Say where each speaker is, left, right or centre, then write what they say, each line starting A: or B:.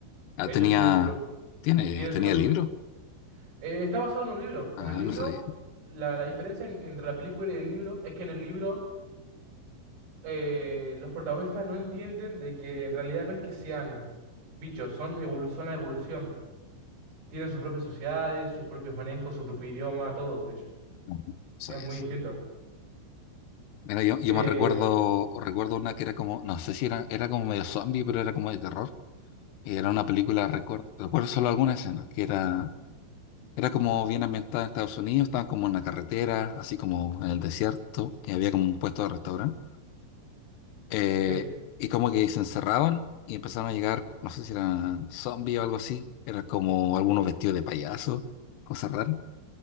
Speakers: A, on the left; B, on the right.
A: Ah,
B: De
A: tenía,
B: hecho, tienen su, prop-
A: tiene,
B: tienen
A: tenía
B: sus propios...
A: libro.
B: Eh, está basado en un libro. En
A: Ah,
B: el libro,
A: no sabía.
B: eh, la, la diferencia en- entre la película y el libro es que en el libro... eh, los protagonistas no entienden de que en realidad no es que sean bichos, son, evolu- son la evolución. Tienen sus propias sociedades, sus propios manejos, su propio idioma, todo, de hecho.
A: No no sabía
B: Es muy
A: eso.
B: distinto.
A: Mira, yo, yo
B: Eh,
A: me recuerdo, recuerdo una que era como, no sé si era, era como medio zombie, pero era como de terror. Y era una película, recuerdo, recuerdo solo alguna escena, que era, era como bien ambientada en Estados Unidos, estaban como en la carretera, así como en el desierto, y había como un puesto de restaurante. Eh,
B: sí. <laughs>
A: y como que se encerraban y empezaron a llegar, no sé si eran zombies o algo así. Era como algunos vestidos de payaso, cosas raras.